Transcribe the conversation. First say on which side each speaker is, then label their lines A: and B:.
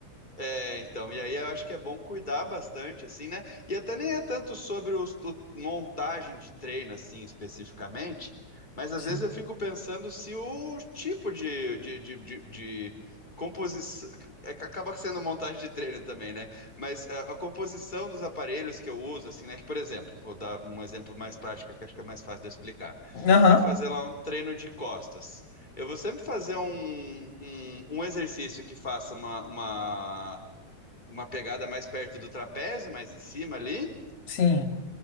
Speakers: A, on the left; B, on the left.
A: é, então, e aí eu acho que é bom cuidar bastante, assim, né? E até nem é tanto sobre os- o, montagem de treino, assim, especificamente, mas às
B: Sim.
A: vezes eu fico pensando se o tipo de, de, de, de, de composição. É que acaba sendo montagem de treino também, né? Mas a, a composição dos aparelhos que eu uso, assim, né? Que, por exemplo, vou dar um exemplo mais prático que eu acho que é mais fácil de eu explicar.
B: Aham,
A: Vou fazer lá um treino de costas. Eu vou sempre fazer um, um, um exercício que faça uma, uma, uma pegada mais perto do trapézio, mais em cima ali,
B: sim.